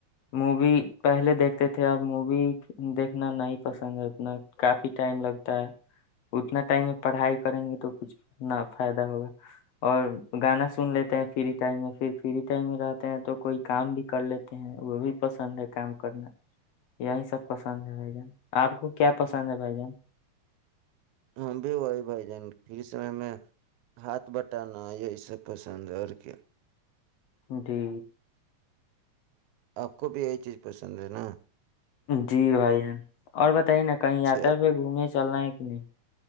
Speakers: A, on the left (about 65°); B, on the right (about 75°).
A: مووی پہلے دیکھتے تھے اب مووی دیکھنا نہیں پسند ہے اتنا کافی ٹائم لگتا ہے اتنا ٹائم میں پڑھائی کریں گے تو کچھنا فائدہ ہوگا اور گانا سن لیتے ہیں فری ٹائم میں پھر فری ٹائم میں رہتے ہیں تو کوئی کام بھی کر لیتے ہیں وہ بھی پسند ہے کام کرنا یہی سب پسند ہے بھائی جان آپ کو کیا پسند ہے بھائی جان
B: ہم بھی وہی بھائی جان پھر س ہمیں ہاتھ بٹانا یہی سب پسند ہے اور کیا
A: ڈی
B: آپ کو بھی یہی چیز پسند ہے نا
A: جی بھائی ہیں اور بت ہی نا کہیں
B: اچھا
A: یاتا پہ گھومنے چلنا ہے کہ نہیں